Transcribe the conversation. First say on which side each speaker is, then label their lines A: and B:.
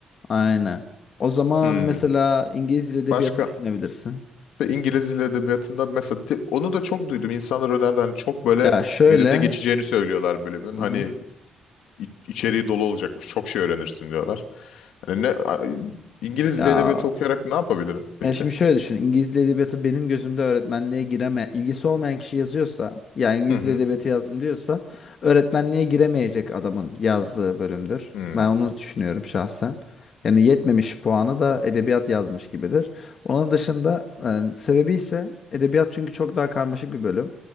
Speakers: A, on the left; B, on the left.
A: Aynen. O zaman
B: Hmm.
A: mesela İngiliz dil edebiyatı
B: Başka
A: düşünebilirsin.
B: Ve İngiliz Dil Edebiyatı'nda mesela di- onu da çok duydum. İnsanlar önerdi hani çok böyle
A: Ya şöyle,
B: verimli geçeceğini söylüyorlar bölümün.
A: Hı
B: Hani
A: hı.
B: i- içeriği dolu olacakmış. Çok şey öğrenirsin diyorlar. Hani ne a- İngiliz
A: ya
B: Dil Edebiyatı okuyarak ne yapabilirim peki?
A: Ben şimdi şöyle düşün. İngiliz Dili Edebiyatı benim gözümde öğretmenliğe gireme, ilgisi olmayan kişi yazıyorsa, yani İngiliz
B: Hı hı.
A: Dili Edebiyatı yazdım diyorsa, öğretmenliğe giremeyecek adamın yazdığı bölümdür.
B: Hmm.
A: Ben onu düşünüyorum şahsen. Yani yetmemiş puanı da edebiyat yazmış gibidir. Onun dışında e, sebebi ise edebiyat çünkü çok daha karmaşık bir bölüm.